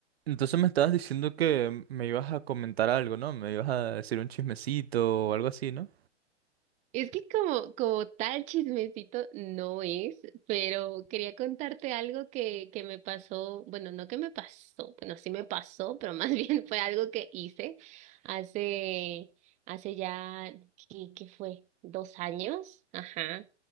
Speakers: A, on the right; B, on the right.
A: Entonces me estabas diciendo que me ibas a comentar algo, ¿no? Me ibas a decir un chismecito o algo así, ¿no?
B: Es que como, como tal chismecito no es, pero quería contarte algo que, que me pasó, bueno, no que me pasó, bueno, sí me pasó, pero más <laughs> bien fue algo que hice hace, hace ya, ¿qué, qué fue? ¿Dos años? Ajá.